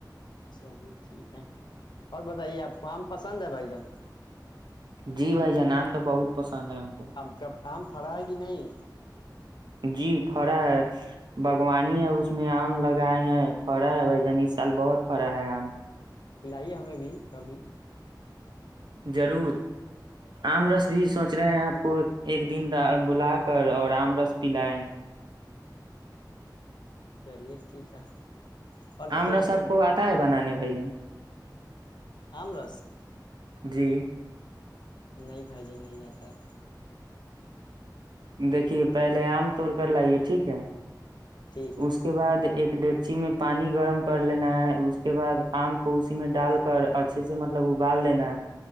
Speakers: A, on the left; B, on the right.
A: چلیے ٹھیک ہے اور بتائیے آپ کو آم پسند ہے بھائی جان
B: جی بھائی جان نام تو بہت پسند ہے ہم کو
A: آ کا آم فڑا ہے کہ نہیں <inaudible>
B: جی فرا ہے باغوانی ہے اس میں آم لگائے ہیں پڑا ہے بھ جان اس سال بہت فڑا ہے آم
A: کھلائیے ہمیں بھی کبھی
B: ضرور آم رس بھی سوچ رہے ہیں آپ کو ایک دن بلا کر اور آم رس پلائے
A: چلیے ٹھیک ہے اور
B: آمرا
A: بتائیے
B: سب کو آتا ہے بنانے بھجن
A: آمرس
B: جی
A: نہیں بھائی جن نہیں آتا ہے
B: دیکھیے پہلے آم توڑ کر لائیے ٹھیک ہے
A: ٹھیک ہے
B: اس کے بعد ایک ڈیکچی میں پانی گرم کر لینا ہے اس کے بعد آم کو اسی میں ڈال کر اچھے سے مطلب ابال لینا ہے